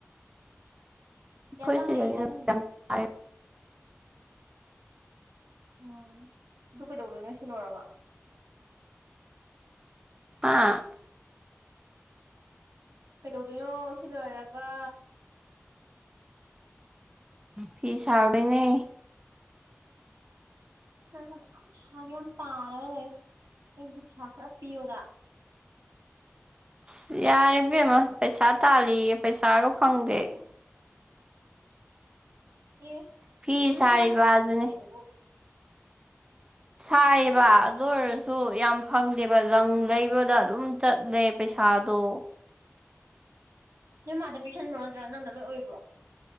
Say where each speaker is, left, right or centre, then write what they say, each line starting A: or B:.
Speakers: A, on the right (about 20°); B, on the right (about 85°).
A: ꯑꯩꯈꯣꯏ
B: ꯌꯥꯆꯪꯉꯛꯏꯕ
A: ꯁꯤꯗꯗꯤ
B: ꯀꯟꯅ
A: ꯅꯨꯃꯤꯗꯥꯡ
B: ꯍꯧꯖꯤꯛ
A: ꯇꯥꯔꯦ
B: ꯎꯝ ꯑꯗꯨ ꯀꯩꯗꯧꯗꯣꯏꯅꯣ ꯁꯤ ꯂꯣꯏꯔꯒ
A: ꯑꯥ
B: ꯀꯩꯗꯧꯗꯣꯏꯅꯣ ꯁꯤ ꯂꯣꯏꯔꯒ
A: ꯐꯤ ꯁꯥꯔꯨꯗꯣꯢꯅꯦ
B: ꯁꯤ ꯅꯪ ꯊꯕꯛ ꯌꯥꯝ ꯄꯩꯁꯥꯒ ꯌꯥꯝ ꯇꯥꯜꯂꯒ ꯂꯩ ꯑꯩꯁꯨ ꯄꯩꯁꯥ ꯈꯔ ꯄꯤꯌꯣꯗ
A: ꯑꯁ ꯌꯥꯔꯦ ꯕꯦꯝꯃ ꯄꯩꯁꯥ ꯇꯥꯜꯂꯤꯌꯦ ꯄꯩꯁꯥꯒ ꯐꯪꯗꯦ ꯑꯩ
B: ꯑꯦ
A: ꯐꯤ
B: ꯆꯜꯂꯣꯍꯦ
A: ꯁꯥꯔꯤꯕ ꯑꯗꯨꯅꯤ
B: ꯐꯤ ꯁꯥꯏꯗꯨꯕꯨ
A: ꯁꯥꯏꯌꯦꯕ
B: ꯏꯁ
A: ꯑꯗꯨ ꯑꯣꯏꯔꯁꯨ ꯌꯥꯝ ꯐꯪꯗꯦꯕ ꯂꯪ ꯂꯩꯕꯗ ꯑꯗꯨꯝ ꯆꯠꯂꯦ ꯄꯩꯁꯥꯗꯣ
B: ꯅꯣꯏ ꯃꯥꯗ ꯄꯤꯁꯟꯕ꯭ꯔꯣ ꯅꯠꯇ꯭ꯔ ꯅꯪꯅ ꯂꯣꯏ ꯑꯣꯏꯕ꯭ꯔꯣ